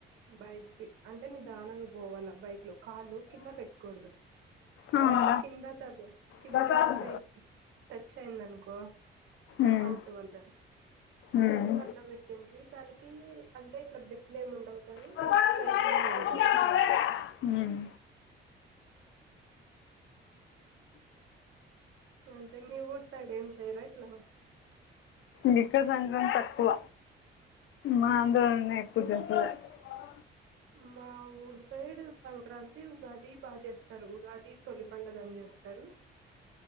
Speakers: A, on the right; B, on the left.
A: బైస్ కి అంటే నిదానంగా పోవాలా బైక్ లో కాలు కింద పెట్కూడదు
B: అవునా
A: కింద తగ్ కింద
B: ప్రసాదం
A: టచ్ అయితు టచ్ అయింది అనుకో
B: ఉమ్,
A: అవుట్ వల్ల
B: ఉమ్,
A: అట్లా పెట్టిండ్రి దానికి అంటే ఇట్లా బెట్లేమ్ ఉండవు కానీ
B: ప్రసాదం
A: ప్రైజ్
B: కానీ
A: మనీ
B: అట్లా
A: ఉంటది
B: బాగాలేదా? ఉమ్.
A: అంటె మీ వూర్ సైడ్ ఏం చేయర ఇట్ల
B: బికజ అంద్రం తక్కువ మా ఆందోళన ఎక్కువ చేస్తుంది <unintelligible>
A: మా ఊరు సైడ్ సంక్రాంతి ఉగాది బాగా చేస్తారు ఉగాది తొలి పండుగని చేస్తారు